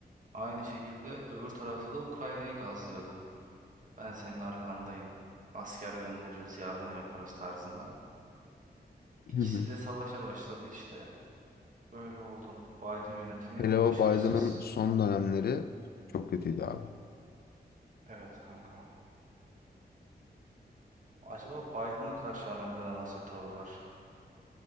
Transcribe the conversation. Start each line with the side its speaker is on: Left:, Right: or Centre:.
Right: Aynı şekilde öbür tarafta da Ukrayna'yı gazlıyordu. Ben senin arkandayım. Asker göndeririz, yardım yaparız tarzında. İkisi
Left: Hı hı.
Right: de savaşa başladı işte. Böyle oldu. Biden yönetimi
Left: Hele o
Right: başarısız.
Left: Biden'ın son dönemleri çok kötüydü abi.
Right: Evet kanka. Acaba Biden'a karşı Amerika'da nasıl bir tavır var?